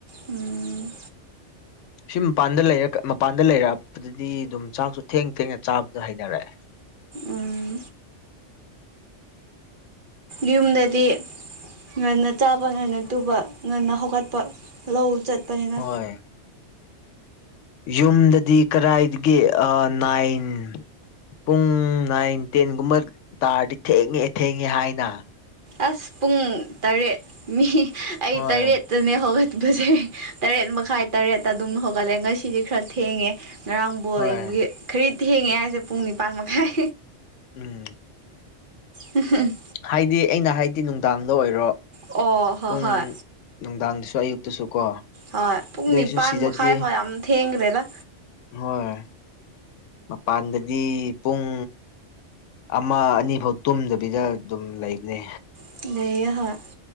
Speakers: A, on the right; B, on the left.
A: ꯎꯝ
B: <inaudible> ꯁꯤ ꯃꯄꯥꯟꯗ ꯂꯩꯔ ꯃꯄꯥꯟꯗ ꯂꯩꯔꯛꯄꯗꯗꯤ ꯑꯗꯨꯝ ꯆꯥꯛꯁꯨ ꯊꯦꯡ ꯊꯦꯡꯅ ꯆꯥꯕꯗ ꯍꯩꯅꯔꯛꯑꯦ
A: ꯎꯝ ꯌꯨꯝꯗꯗꯤ ꯉꯟꯅ ꯆꯥꯕ ꯉꯟꯅ ꯇꯨꯕ ꯉꯟꯅ ꯍꯧꯒꯠꯄ ꯂꯧ ꯆꯠꯄꯅꯤꯅ
B: ꯍꯣꯏ ꯌꯨꯝꯗꯗꯤ ꯀꯔꯥꯏꯗꯒꯤ ꯑꯥ ꯅꯥꯏꯟ ꯄꯨꯡ ꯅꯥꯏꯟ ꯇꯦꯟꯒꯨꯝꯕ ꯇꯥꯔꯗꯤ ꯊꯦꯡꯉꯦ ꯊꯦꯡꯉꯦ ꯍꯥꯏꯅ
A: ꯑꯁ ꯄꯨꯡ ꯇꯔꯦꯠ ꯃꯤ ꯑꯩ
B: ꯍꯣꯏ
A: ꯇꯔꯦꯠꯇꯅꯦ ꯍꯧꯒꯠꯄꯖꯦ ꯇꯔꯦꯠ ꯃꯈꯥꯏ ꯇꯔꯦꯠꯇ ꯑꯗꯨꯝ ꯍꯧꯒꯠꯂꯦ ꯉꯁꯤꯗꯤ ꯈꯔ ꯊꯦꯡꯉꯦ ꯉꯔꯥꯡ ꯕꯣꯜ
B: ꯍꯣꯏ
A: ꯌꯦꯡꯕꯒꯤ ꯈꯔꯤ ꯊꯦꯡꯉꯦ ꯍꯥꯏꯁꯦ ꯄꯨꯡ ꯅꯤꯄꯥꯜ ꯃꯈꯥꯏ
B: ꯎꯝ
A: ꯎꯝ
B: ꯍꯥꯏꯗꯤ ꯑꯩꯅ ꯍꯥꯏꯗꯤ ꯅꯨꯡꯗꯥꯡꯗ ꯑꯣꯏꯔꯣ
A: ꯑꯣ ꯍꯣꯏ
B: ꯄꯨꯡ
A: ꯍꯣꯏ
B: ꯅꯨꯡꯗꯥꯡꯗꯁꯨ ꯑꯌꯨꯛꯇꯁꯨ ꯀꯣ
A: ꯍꯣꯏ ꯄꯨꯡ
B: ꯑꯗꯨꯏꯁꯨ
A: ꯅꯤꯄꯥꯟ
B: ꯁꯤꯗꯗꯤ
A: ꯃꯈꯥꯏ ꯐꯥꯎ ꯑꯃ ꯊꯦꯡꯈ꯭ꯔꯦꯔ
B: ꯍꯣꯏ ꯃꯄꯥꯟꯗꯗꯤ ꯄꯨꯡ ꯑꯃ ꯑꯅꯤ ꯐꯥꯎ ꯇꯨꯝꯗꯕꯤꯗ ꯑꯗꯨꯝ ꯂꯩꯕꯅꯦ
A: <unintelligible>